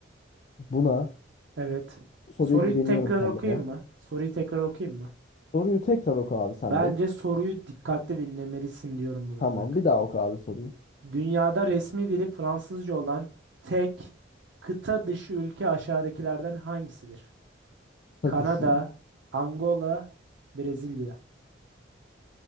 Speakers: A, on the left (about 40°); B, on the right (about 65°).
A: buna
B: Evet.
A: bu soruya
B: Soruyu
A: güveniyorum
B: tekrar
A: kendime.
B: okuyayım mı? Soruyu tekrar okuyayım mı?
A: Soruyu tekrar oku abi sen
B: Bence
A: bir.
B: soruyu dikkatli dinlemelisin diyorum burada
A: Tamam
B: bak.
A: bir daha oku abi sorayım.
B: Dünyada resmi dili Fransızca olan tek kıta dışı ülke aşağıdakilerden hangisidir?
A: Tadı
B: Kanada,
A: şu.
B: Angola, Brezilya.